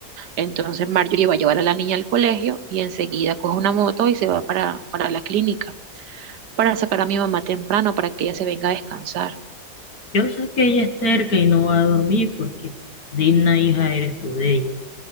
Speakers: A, on the right; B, on the left.
A: Entonces Marjorie va a llevar a la niña al colegio y enseguida coge una moto y se va para, para la clínica, para sacar a mi mamá temprano, para que ella se venga a descansar.
B: Yo sé que ella es terca y no va a dormir porque digna hija eres tú de ella.